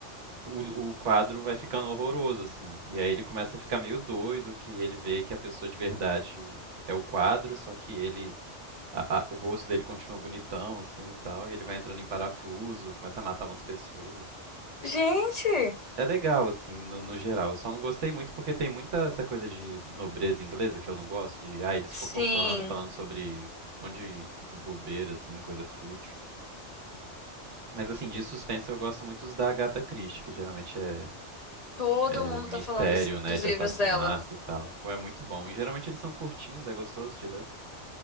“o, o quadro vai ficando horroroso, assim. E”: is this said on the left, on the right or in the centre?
Right